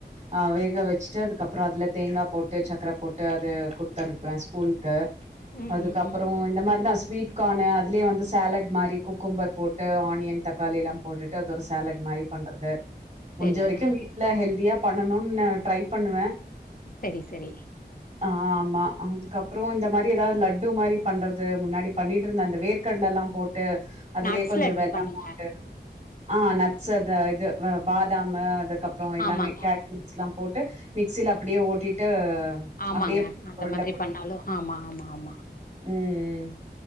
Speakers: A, on the right; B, on the left.
A: அ வேக வெச்ட்டு அதுக்கப்பற அதுல தேங்கா போட்டு சக்ர போட்டு அது குடுத்து அனுப்வ கூல்க
B: ம்
A: அதுக்கப்பரொ
B: ம் ம்
A: இந்த மாரி தாஸ் வீட் கானு அதுலே வந்து சேலட் மாரி குக்கும்பர் போட்டு ஆன்ய தக்காளி எலா போட்டுட்டு அது ஒரு சேலட் மாரி பண்றது முடிஞ்ச
B: சரிங்க
A: வரிக்கு வீட்ல ஹெல்தியா பண்ணணுனு ட்ரை பண்ணுவே
B: சரி சரி
A: ஆ ஆமா அதுக்கப்றோ இந்த மாரி எதாவது லட்டு மாரி பண்றது முன்னாடி பண்ணிட்டு இருந்த அந்த வேர்கடல எல்லாம் போ ட்டு அதுலயே
B: நட்ஸ்
A: கொஞ்சோ
B: லட்டு
A: வெல்லம்
B: பண்ணுங்க
A: போட்டு ஆ நட்ஸ் அது இது பாதாமு அதுக்கப்றோ எல்லாமே
B: ஆமாங்க
A: கேட்ரிட்ஜ் எல்லாம் போட்டு மிக்சில அப்டியே ஓட்டிட்டு
B: ஆமாங்க
A: அப்டியே
B: அந்த
A: உருண்ட
B: மாதிரி
A: புடிக்கிறது
B: பண்ணாலு ஆமா ஆமா ஆமா
A: ம் ம்